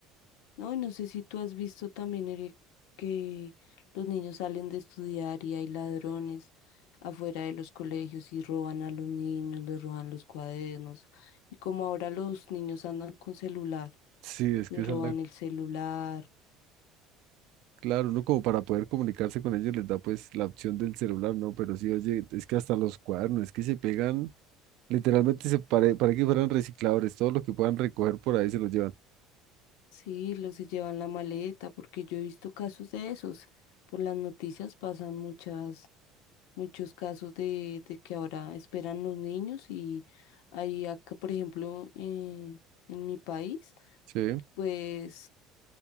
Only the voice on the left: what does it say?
No, y no sé si tú has visto también, Eric, que los niños salen de estudiar y hay ladrones afuera de los colegios y roban a los niños, les roban los cuadernos. Y como ahora los niños andan con celular,
les
roban
el celular,
sí, los se llevan la maleta, porque yo he visto casos de esos. Por las noticias pasan muchas, muchos casos de, de que ahora esperan los niños y ahí acá, por ejemplo, eh, en mi país.
pues